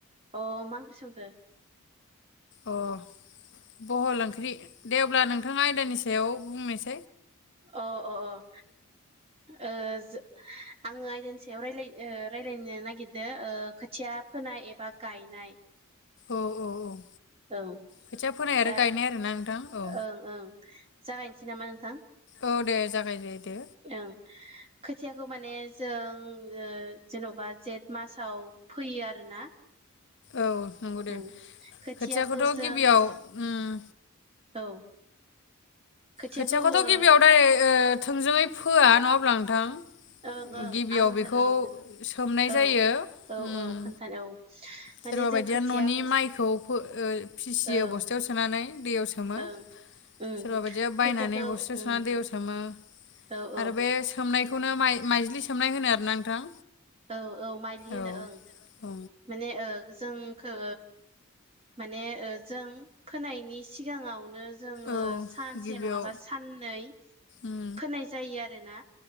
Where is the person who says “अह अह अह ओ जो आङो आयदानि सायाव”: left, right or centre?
Right